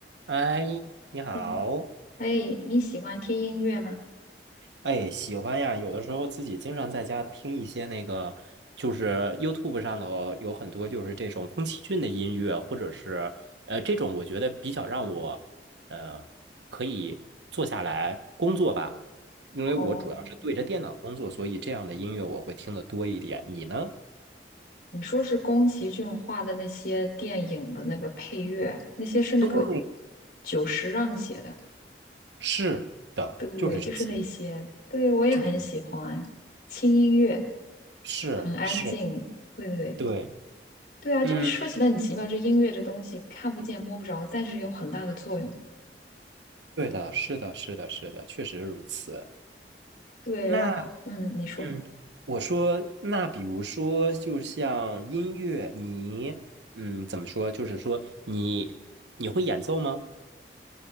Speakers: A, on the right (about 90°); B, on the left (about 65°).
A: 哎，你好，
B: 哎，哎，你喜欢听音乐吗？
A: 哎，喜欢呀。有的时候自己经常在家听一些那个，就是 YouTube 上头有很多就是这种宫崎骏的音乐，或者是呃这种，我觉得比较让我呃可以坐下来工作吧，因为我主要是对着电脑工作，
B: 哦，
A: 所以这样的音乐我会听的多一点。你呢？
B: 你说是宫崎骏画的那些电影的那个配乐，那些是那个
A: 对，
B: 久石让写的，
A: 是的，
B: 对，
A: 就是这些，
B: 就是那些，对，我也很喜欢，
A: 就是
B: 轻音乐，
A: 是是，
B: 很安静，对对对，
A: 对，
B: 对啊，
A: 嗯，
B: 就是说起来很奇妙，这音乐这东西看不见摸不着，但是有很大的作用，
A: 对的，是的，是的，是的，确实如此。
B: 对，
A: 那
B: 然后，嗯，你说，
A: 嗯，我说，那比如说，就像音乐，你嗯，怎么说？就是说你你会演奏吗？